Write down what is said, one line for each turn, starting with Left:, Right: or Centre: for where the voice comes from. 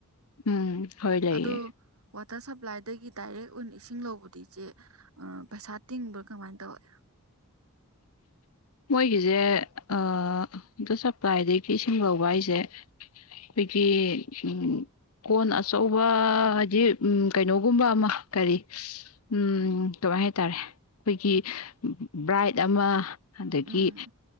Left: ꯎꯝ ꯍꯣꯏ ꯂꯩꯌꯦ
Right: ꯑꯗꯣ ꯋꯥꯇꯔ ꯁꯄ꯭ꯂꯥꯏꯗꯒꯤ ꯗꯥꯏꯔꯦꯛ ꯑꯣꯏꯅ ꯏꯁꯤꯡ ꯂꯧꯕꯗꯤ ꯏꯆꯦ ꯑ ꯄꯩꯁꯥ ꯇꯤꯡꯕ꯭ꯔꯥ ꯀꯃꯥꯏꯅ ꯇꯧꯒꯦ
Left: ꯃꯣꯏꯒꯤꯁꯦ ꯑ ꯋꯥꯇꯔ ꯁꯄ꯭ꯂꯥꯏꯗꯒꯤ ꯏꯁꯤꯡ ꯂꯧꯕ ꯍꯥꯏꯁꯦ <unintelligible> ꯎꯝ ꯀꯣꯟ ꯑꯆꯧꯕ ꯍꯥꯏꯗꯤ ꯎꯝ ꯀꯩꯅꯣꯒꯨꯝꯕ ꯑꯃ ꯀꯔꯤ ꯎꯝ ꯀꯃꯥꯏ ꯍꯥꯏꯇꯥꯔꯦ ꯑꯩꯈꯣꯏꯒꯤ ꯕ꯭ꯔꯥꯏꯠ ꯑꯃ ꯑꯗꯒꯤ
Right: ꯎꯝ